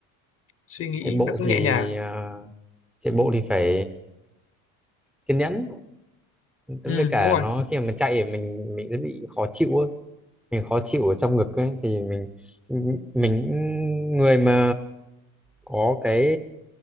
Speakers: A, on the left (about 30°); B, in the centre.
A: suy nghĩ
B: chạy bộ
A: nó cũng
B: thì
A: nhẹ nhàng
B: à, chạy bộ thì phải kiên nhẫn với
A: ừ,
B: cả
A: đúng rồi
B: nó khi mà mình chạy thì mình mình sẽ bị khó chịu ấy. mình khó chịu ở trong ngực ấy thì mình mình người mà có cái